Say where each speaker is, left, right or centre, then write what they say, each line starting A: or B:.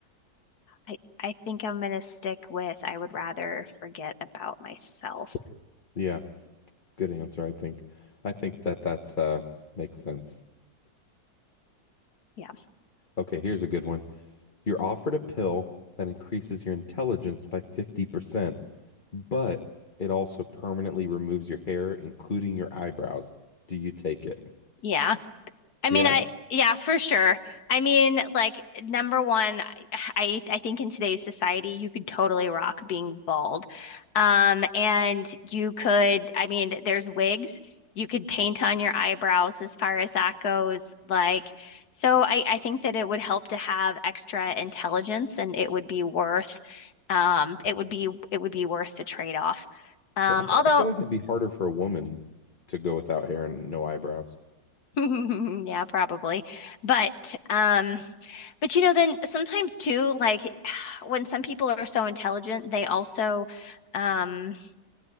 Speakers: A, on the left; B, on the left.
A: I I think I'm gonna stick with I would rather forget about myself.
B: Yeah, good answer, I think. I think that that's uh makes sense.
A: Yeah.
B: Okay, here's a good one. You're offered a pill that increases your intelligence by 50%, but it also permanently removes your hair, including your eyebrows. Do you take it?
A: Yeah. I
B: Yeah.
A: mean, I yeah, for sure. I mean, like number one, I I think in today's society, you could totally rock being bald. Um, and you could, I mean, there's wigs. You could paint on your eyebrows as far as that goes. Like, so I I think that it would help to have extra intelligence, and it would be worth, um, it would be it would be worth the trade-off. Um,
B: Yeah, I think
A: although,
B: I feel like it'd be harder for a woman to go without hair and no eyebrows.
A: <laughs> yeah, probably, but um. But you know, then sometimes too, like <sighs> when some people are so intelligent, they also um